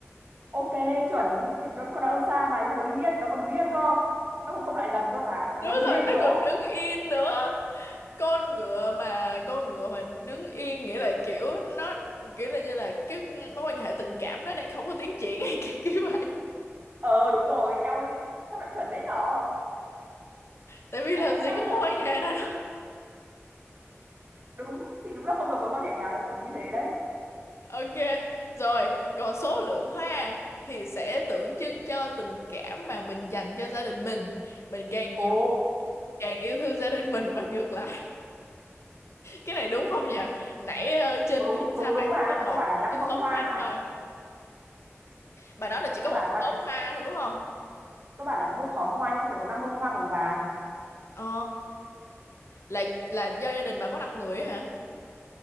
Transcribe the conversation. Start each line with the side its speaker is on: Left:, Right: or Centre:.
Right: ok, chuẩn. Thì nó đúng là nó ở xa mà, nhưng mà nó đứng yên, nó còn đứng yên cơ. Nó còn không lại gần cơ bà, nó,
Left: đúng
Right: nó đứng yên
Left: rồi
Right: một
Left: nó
Right: chỗ.
Left: còn đứng yên nữa con ngựa mà con ngựa mà đứng yên nghĩa là kiểu nó kiểu là như là cái mối quan hệ tình cảm nó đang không có tiến triển hay kiểu kiểu vậy
Right: Ờ, đúng rồi, eo ơi, sao lại chuẩn đấy nhở?
Left: tại vì
Right: Bó
Left: làm gì
Right: tay
Left: có mối
Right: thật
Left: quan
Right: sự.
Left: hệ đó đâu
Right: đúng thì đúng là không còn mối quan hệ nào nó là như thế đấy
Left: ok rồi còn số lượng hoa thì sẽ tượng trưng cho tình cảm mà mình dành cho gia đình mình mình càng
Right: ồ
Left: nhiều càng yêu thương gia đình mình và ngược lại cái này đúng không nhỉ nãy ờ, trên
Right: đúng
Left: nguyên sa
Right: đúng đúng
Left: mạc
Right: mà
Left: chỉ có một
Right: tôi bảo là
Left: một
Right: năm
Left: cái
Right: bông
Left: khóm
Right: hoa
Left: hoa
Right: mà
Left: thôi bà nói là chỉ
Right: tôi
Left: có một
Right: bảo
Left: cái
Right: bạn
Left: khóm
Right: là
Left: hoa thôi đúng không
Right: tôi bảo là có một khóm hoa nhưng trong đấy có năm bông hoa màu vàng
Left: Ồ, là là do gia đình bà có 5 người ấy hả?